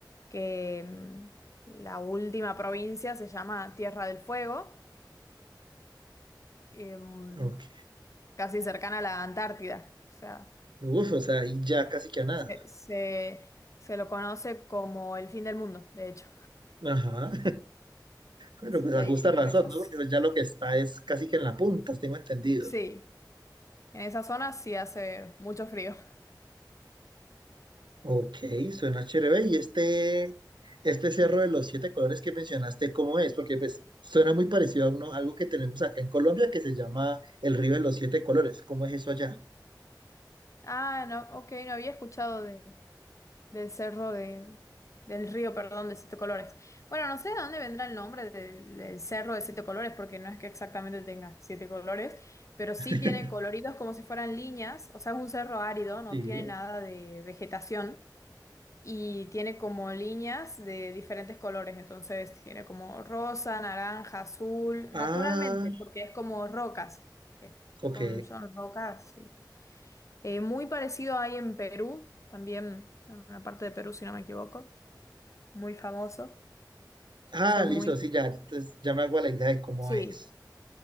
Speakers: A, on the left; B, on the right.
A: que mm, la última provincia se llama Tierra del Fuego, em,
B: ok.
A: casi cercana a la Antártida. O sea,
B: Uf, o sea, ahí ya casi que a nada.
A: se, se se lo conoce como el fin del mundo, de hecho.
B: Ajá. Pero
A: Así
B: pues
A: que
B: a
A: ahí
B: justa razón,
A: por esas,
B: ¿no? Porque pues ya lo que está es casi que en la punta, tengo entendido.
A: sí, en esa zona sí hace mucho frío. <laughs>
B: Ok, suena chévere. Y este, este cerro de los siete colores que mencionaste, ¿cómo es? Porque pues suena muy parecido a uno, algo que tenemos acá en Colombia que se llama el río de los siete colores. ¿Cómo es eso allá?
A: Ah, no, ok, no había escuchado de, del cerro de, del río, perdón, de Siete Colores. Bueno, no sé de dónde vendrá el nombre del, del cerro de Siete Colores, porque no es que exactamente tenga siete colores, pero sí
B: <laughs>
A: tiene coloridos como si fueran líneas, o sea, es un cerro árido, no
B: Sí.
A: tiene nada de vegetación. y tiene como líneas de diferentes colores, entonces tiene como rosa, naranja, azul,
B: Ah,
A: naturalmente, porque es como rocas, eh,
B: ok.
A: son, son rocas, sí. Eh, muy parecido hay en Perú, también en una parte de Perú, si no me equivoco, muy famoso,
B: Ah,
A: son
B: listo,
A: muy,
B: sí, ya. Entonces ya me hago a la idea de cómo
A: sí,
B: es.